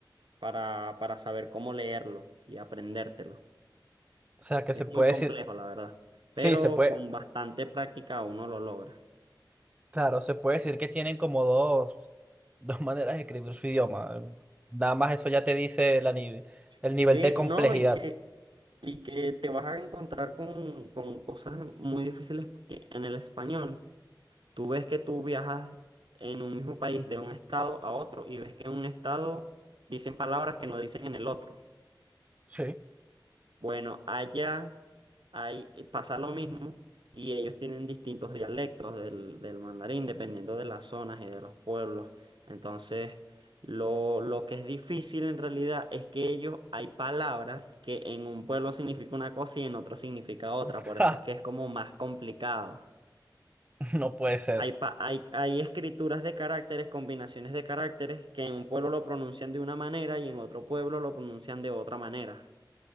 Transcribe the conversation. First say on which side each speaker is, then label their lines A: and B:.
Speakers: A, on the right; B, on the right.
A: para, para saber cómo leerlo y aprendértelo.
B: o sea que
A: Es
B: se puede
A: muy complejo,
B: decir,
A: la verdad, pero
B: sí, se puede,
A: con bastante práctica uno lo logra.
B: claro, se puede decir que tienen como dos, <laughs> dos maneras de escribir su idioma. Nada más eso ya te dice la, ni- el
A: Sí,
B: nivel de complejidad.
A: no, y que, y que te vas a encontrar con, con cosas muy difíciles porque en el español tú ves que tú viajas en un mismo país de un estado a otro y ves que en un estado dicen palabras que no dicen en el otro.
B: Sí.
A: Bueno, allá hay, eh, pasa lo mismo y ellos tienen distintos dialectos del, del mandarín dependiendo de las zonas y de los pueblos. Entonces, lo, lo que es difícil en realidad es que ellos hay palabras que en un pueblo significa una cosa y en otro significa otra.
B: <laughs>
A: Por eso es que es como más complicado.
B: <laughs> No puede ser.
A: Hay, pa- hay, hay escrituras de caracteres, combinaciones de caracteres que en un pueblo lo pronuncian de una manera y en otro pueblo lo pronuncian de otra manera.